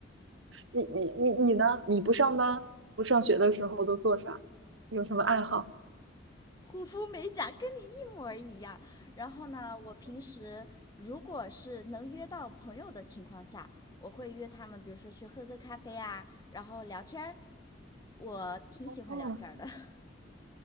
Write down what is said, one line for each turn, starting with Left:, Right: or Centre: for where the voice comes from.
Right: 你你你你呢？你不上班不上学的时候都做啥？有什么爱好？
Left: 护肤美甲跟你一模儿一样。然后呢，我平时如果是能约到朋友的情况下，我会约他们，比如说去喝个咖啡啊，然后聊天儿。我挺喜欢聊天儿的。
Right: 哦
Left: <laughs>